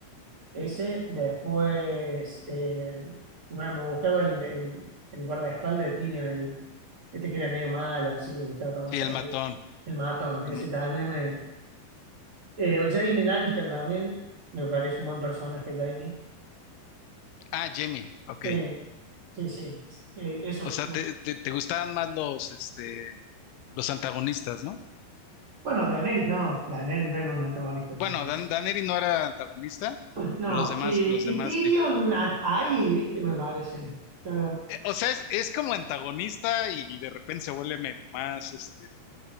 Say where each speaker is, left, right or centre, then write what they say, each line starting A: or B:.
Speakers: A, on the right (about 60°); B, on the left (about 85°).
A: Ese, después, eh, bueno, me gustaba el, el, el guardaespaldas de Tyrion, el, este que era medio malo, así le gustaba tomar
B: sí,
A: cerveza.
B: el matón.
A: El matón, ese
B: El- m-
A: también me. Eh, Jaime Lannister también, me parece un buen personaje, Jaime.
B: ah, Jamie, ok.
A: Sí. Sí, sí, eh, esos.
B: O sea,
A: los-
B: te, te, te gustaban más los, este, los antagonistas, ¿no?
A: Bueno, Daenerys no, Daenerys no era un antagonista, me
B: Bueno,
A: parece.
B: Dan, Daneri no era antagonista,
A: No,
B: pero los demás,
A: y
B: los demás
A: y Tyrion
B: sí.
A: a- ahí, viste, me parece, está
B: Eh, O sea, es, es como antagonista y de repente se vuelve medio más, este,